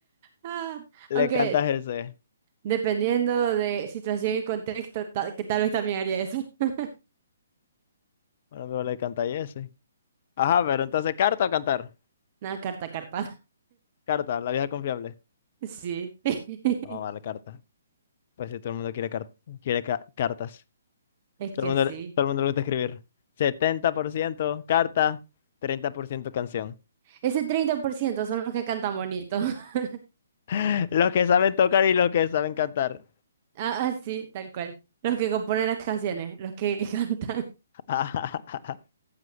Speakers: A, on the right (about 35°); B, on the left (about 40°).
A: Ah,
B: Le
A: aunque
B: cantas ese.
A: dependiendo de situación y contexto, ta- que tal vez también haría eso. <laughs>
B: Bueno, pero le canta ese. Ajá, pero entonces, ¿carta o cantar?
A: Nada, carta, carta.
B: Carta, la vieja confiable.
A: <laughs> Sí. <laughs>
B: Vamos a darle carta. Pues si todo el mundo quiere, car- quiere ca- cartas.
A: Es
B: Todo
A: que
B: el mundo,
A: sí.
B: le- todo el mundo le gusta escribir. 70% carta, 30% canción.
A: Ese 30% son los que cantan bonito. <laughs>
B: <laughs> Los que saben tocar y los que saben cantar.
A: Ah, ah, sí, tal cual. Los que componen las canciones, los que <laughs> cantan.
B: <laughs>